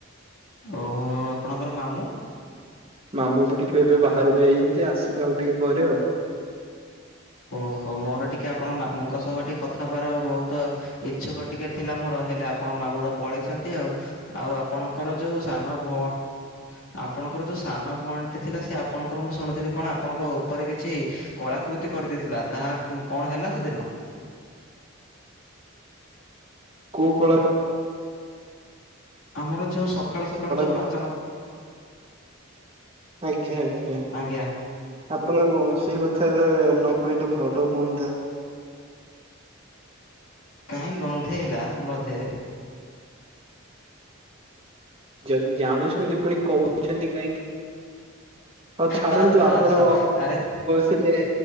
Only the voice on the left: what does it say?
ଓହୋ ଆପଣଙ୍କର ମାମୁଁ?
ଓହୋ ମୋର ଟିକିଏ ଆପଣ ମାମୁଙ୍କ ସହ ଟିକେ କଥାବାର୍ ବହୁତ ଇଛୁକ ଟିକେ ଥିଲା ମୋର ହେଲେ ଆପଣ ମାମୁଁ ତ ପଳେଇଛନ୍ତି ଆଉ ଆଉ ଆପଣଙ୍କର ଯେଉଁ ସାନ ଭଉ ଆପଣଙ୍କର ଯେଉ ସାନ ଭଉଣୀଟି ଥିଲା ସେ ଆପଣଙ୍କର ମୁଁ ଶୁଣିଥିଲି କଣ ଆପଣଙ୍କ ଉପରେ କିଛି କଳାକୃତି କରିଦେଇଥିଲା ତାହା କଣ ହେଲା ସେଦିନ?
ଆମର ଯେଉଁ ସକାଳୁ ସକାଳୁ ଯେଉଁ
ପାଚନ
ଆଜ୍ଞା
କାହିଁ ଗନ୍ଧେଇଲା ବୋଧେ?
ହା
ହା ହା ଆରେ